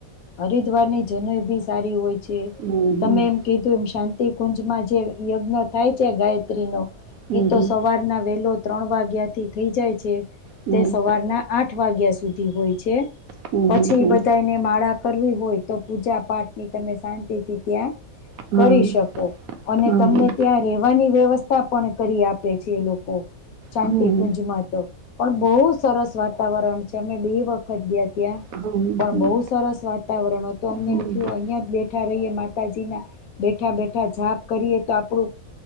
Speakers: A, on the left; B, on the right.
A: હરિદ્વારની જનઈ બી સારી હોય.
B: હમ હમ
A: તમે એમ કીધું એમ શાંત. કુંજમાં જે યજ્ઞ થાય છે ગાયત્રી નો.
B: હમ
A: એ તો સવારના વેલો ત્રણ વાગ્યા થી થઈ જાય છે.
B: હમ
A: તે સવારના આઠ વાગ્યા સુધી. હોય છે.
B: હમ
A: પછી
B: હમ હમ હમ
A: બધાને માળા કરવી હોય તો પૂજા પાઠ ની તમે શાંતિથી ત્યાં
B: હમ
A: કરી શકો. અને
B: હમ હમ
A: તમને ત્યાં રહેેવાની વ્યવસ્થા પણ કરી આપે છે. એ લોકો શાંતિ
B: હમ હમ
A: કુંજમાં તો પણ બહુ સરસ વાતાવરણ છે. અમે બે વખત ગયા ત્યા.
B: હમ હમ
A: પણ
B: હમ
A: બહુ સરસ વાતાવરણ તો અમને
B: હમ
A: એમ થયું અહિયાં બેઠ. ઠા રહીએ માતાજીના બેઠા બેઠા જાપ કરીએ તો. આપણું